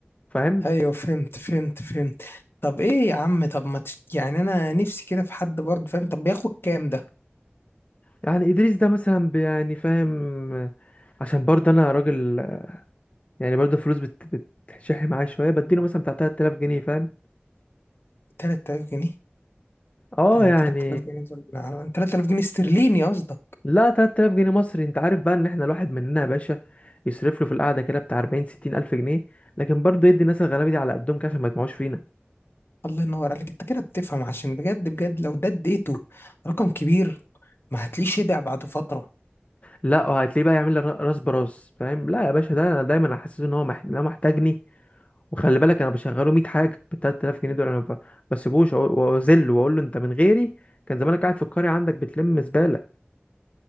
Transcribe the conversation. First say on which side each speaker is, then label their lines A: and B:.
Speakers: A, on the left (about 35°); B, on the left (about 65°).
A: فاهم
B: ايوه فهمت فهمت فهمت طب ايه يا عم طب ما تش... يعني انا نفسي كده في حد برضه فاهم طب بياخد كام ده
A: يعني ادريس ده مثلا بي- يعني فاهم عشان برضه انا راجل يعني برضه فلوس بت بتشح معايا شويه بديله مثلا بتاع 3000 جنيه فاهم
B: 3000 جنيه
A: اه
B: ده
A: يعني
B: 3000 جنيه دول على- 3000 جنيه استرليني قصدك
A: لا 3000 جنيه مصري انت عارف بقى ان احنا الواحد مننا يا باشا يصرف له في القعده كده بتاع 40 60 الف جنيه لكن برضه يدي الناس الغلابه دي على قدهم كده عشان ما يطمعوش فينا
B: الله ينور عليك انت كده بتفهم عشان بجد بجد لو ده اديته رقم كبير ما هتلاقيه شبع بعد فتره
A: لا وهتلاقيه بقى يعمل لي ر- راس براس فاهم لا يا باشا ده انا دايما احسسه ان هو مح... إن هو محتاجني وخلي بالك انا بشغله 100 حاجه بال 3000 جنيه دول انا ما ب- بسيبوش وأقو- واذله واقول له انت من غيري كان زمانك قاعد في القريه عندك بتلم زباله